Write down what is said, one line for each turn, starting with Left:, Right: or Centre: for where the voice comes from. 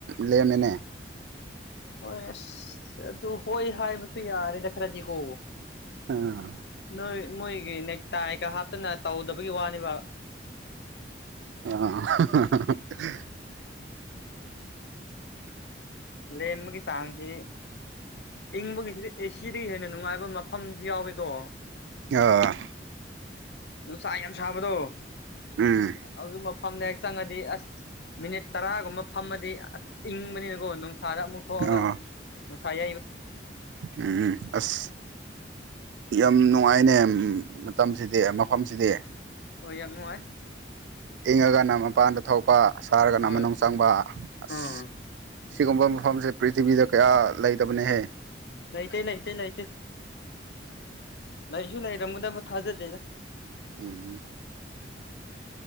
Right: ꯂꯦꯝꯃꯤꯅꯦ
Left: ꯍꯣꯏ ꯑꯁ ꯑꯗꯨ ꯍꯣꯏ ꯍꯥꯏꯕꯁꯨ ꯌꯥꯔꯦ ꯈꯔꯖꯤ ꯀꯣ
Right: ꯑꯥ
Left: ꯅ ꯃꯣꯏꯒꯤ ꯅꯦꯛꯇꯀ ꯍꯥꯞꯇꯅ ꯇꯧꯗꯕꯒꯤ ꯋꯥꯅꯤꯕ
Right: ꯑ
Left: ꯂꯦꯝꯕꯒꯤ ꯆꯥꯡꯁꯤ ꯏꯪꯕꯒꯤꯁꯤꯗ ꯑꯦꯁꯤꯗꯒꯤ ꯍꯦꯟꯅ ꯅꯨꯡꯉꯥꯏꯕ ꯃꯐꯝꯁꯨ ꯌꯥꯎꯋꯀꯣ
Right: ꯑ
Left: ꯅꯨꯡꯁꯥ ꯌꯥꯝ ꯁꯥꯕꯗꯣ
Right: ꯎꯝ
Left: ꯑꯗꯨ ꯃꯐꯝꯗ ꯍꯥꯛ ꯆꯪꯉꯗꯤ ꯑꯁ ꯃꯤꯅꯤꯠ ꯇꯔꯥꯒꯨꯝꯕ ꯐꯝꯃꯗꯤ ꯑꯁ ꯏꯪꯕꯅꯤꯅꯀꯣ ꯃꯠꯊꯣꯛꯑꯒ
Right: ꯑꯥ
Left: ꯉꯅꯨꯡꯁꯥꯏ
Right: ꯎꯝ ꯑꯁ ꯌꯥꯝ ꯅꯨꯡꯉꯥꯏꯅꯦ ꯃꯇꯝꯁꯤꯗꯤ ꯃꯐꯝꯁꯤꯗꯤ
Left: ꯍ ꯌꯥꯝ ꯅꯨꯡꯉꯥꯏ
Right: ꯏꯪꯉꯒꯅ ꯃꯄꯥꯟꯗ ꯊꯣꯛꯄ ꯁꯥꯔꯒꯅ
Left: ꯍꯣꯏ
Right: ꯃꯅꯨꯡ ꯆꯪꯕ ꯑꯁ
Left: ꯎꯝ
Right: ꯁꯤꯒꯨꯝꯕ ꯃꯐꯝꯁꯦ ꯄ꯭ꯔꯤꯊꯤꯕꯤꯗ ꯀꯌꯥ ꯂꯩꯇꯕꯅꯍꯦ
Left: ꯂꯩꯇꯦ ꯂꯩꯇꯦ ꯂꯩꯇꯦ ꯂꯩꯁꯨ ꯂꯩꯔꯝꯃꯗꯕ ꯊꯥꯖꯗꯦꯗ
Right: ꯎꯝ ꯎꯝ